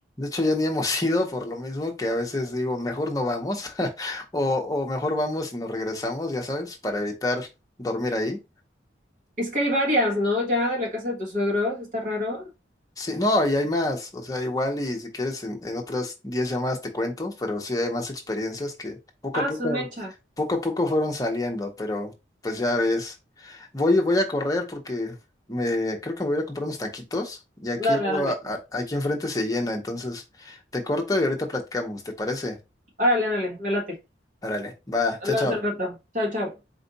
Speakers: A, on the left (about 20°); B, on the right (about 45°).
A: hecho ya ni hemos <laughs> ido por lo mismo que a veces digo, mejor no vamos <laughs> o, o mejor vamos y nos regresamos, ya sabes, para evitar dormir ahí.
B: Es que hay varias, ¿no? Ya de la casa de tus suegros, está raro.
A: Sí, no, y hay más, o sea, igual y si quieres en, en otras 10 llamadas te cuento, pero sí hay más experiencias que poco
B: Ah,
A: a poco,
B: son mecha.
A: poco a poco fueron saliendo, pero pues ya ves, voy, voy a correr porque me, creo que me voy a ir a comprar unos taquitos y aquí
B: Dale,
A: luego
B: dale.
A: a- a- aquí enfrente se llena, entonces te corto y ahorita platicamos, ¿te parece?
B: Órale, órale, me late.
A: Árale, va,
B: Hablamos
A: chao, chao.
B: del rato. Chao, chao.